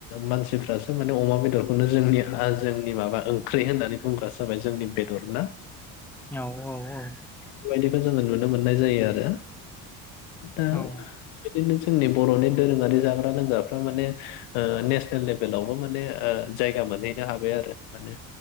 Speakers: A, on the left; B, in the centre.
A: मानसिफ्रासो माने अमा बेदरखौनो जोंनिखा जोंनि माबा ओंख्रि होननानै बुंग्रा जाबाय जोंनि बेदर ना
B: औ औ औ
A: बेबायदिखौ जोङो नुनो मोननाय जायो आरो दा
B: औ
A: बिदिनो जोंनि बर'नि दोरोङारि जाग्रा लोंग्राफ्रा माने नेसनेल लेभेलावबो माने जायगा मोनहैनो हाबाय आरो माने